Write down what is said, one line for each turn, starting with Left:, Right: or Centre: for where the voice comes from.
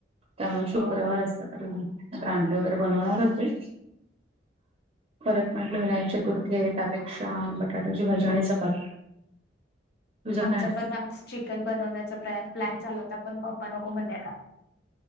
Right: त्यामुळें
Left: हो
Right: शुक्रवार असतं अं अंडे वगैरें बनवणांर होते परंत म्हटलं विनायक चतुर्थी आहे त्यां पेक्षा बटाट्याची भाजी आणि चपाती तुझं
Left: आमच्या
Right: काय
Left: पणं चिकन बनवण्यांचा प्रप्लॅन चालूं होतां पणं पप्पां नको म्हणले आंता